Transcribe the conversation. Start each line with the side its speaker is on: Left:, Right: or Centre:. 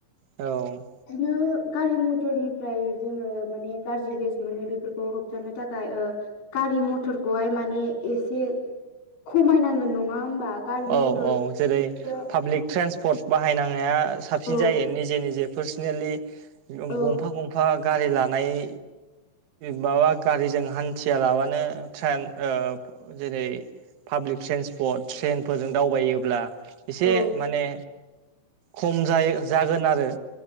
Right: औ
Left: बिनो गारि मथरनिफ्राय जोङो माने गाज्रि गेस मोनो बेफोरखौ होबथानो थाखाय ओ गारि मथरखौहाय मानि एसे खमायनांगोन नङा होमबा गारि
Right: औ
Left: मथर
Right: औ जेरै
Left: औ
Right: पाब्लिक ट्रेन्सपर्ट बाहायनाया साबसिन
Left: औ
Right: जायो निजे निजे पार्सनेलि गंफा
Left: औ
Right: गंफा गारि लानाय माबा गारिजों हान्थिया लाबानो ट्रेन जेरै पाब्लिक ट्रेन्सपर्ट ट्रेनफोरजों दावबायोब्ला एसे
Left: औ
Right: माने खम जायो जागोन आरो।